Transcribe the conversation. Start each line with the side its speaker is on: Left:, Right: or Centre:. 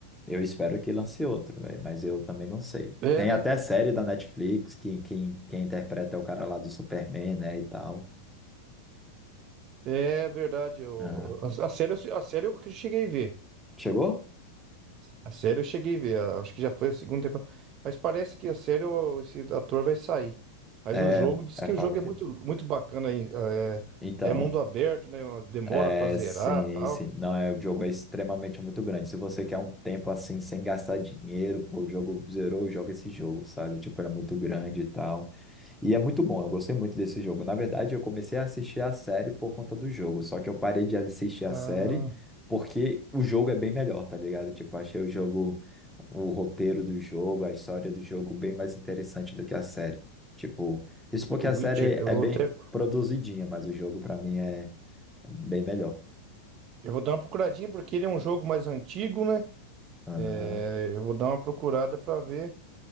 Centre: eu espero que lance outro, velho, mas eu também não sei.
Right: É,
Centre: Tem
Right: né?
Centre: até série da Netflix, que quem, quem interpreta é o cara lá do Superman, né, e tal.
Right: É verdade. eu-
Centre: Ah,
Right: a, a série, eu- a série eu cheguei a ver.
Centre: Chegou?
Right: A série eu cheguei a ver. a- acho que já foi a segunda temporada. Mas parece que a série o- esse ator vai sair. Mas
Centre: É,
Right: o jogo diz
Centre: é,
Right: que
Centre: fala,
Right: o jogo
Centre: ok.
Right: é muito, muito bacana. hein,
Centre: Então,
Right: É, é mundo aberto, né? Demora
Centre: é,
Right: pra zerar
Centre: sim,
Right: tal.
Centre: sim. Não, é, o jogo é extremamente muito grande. Se você quer um tempo assim, sem gastar dinheiro, pô, o jogo zerou, joga esse jogo, sabe? Tipo, era muito grande e tal. E é muito bom, eu gostei muito desse jogo. Na verdade, eu comecei a assistir a série por conta do jogo, só que eu parei de assistir a
Right: Ah,
Centre: série porque o jogo é bem melhor, tá ligado? Tipo, achei o jogo, o roteiro do jogo, a história do jogo bem mais interessante do que a série. Tipo, isso porque
Right: The Witcher.
Centre: a série
Right: Eu
Centre: é
Right: vou
Centre: bem
Right: até.
Centre: produzidinha, mas o jogo pra mim é bem melhor.
Right: Eu vou dar uma procuradinha porque ele é um jogo mais antigo, né?
Centre: Aham,
Right: É, eu vou dar uma procurada pra ver,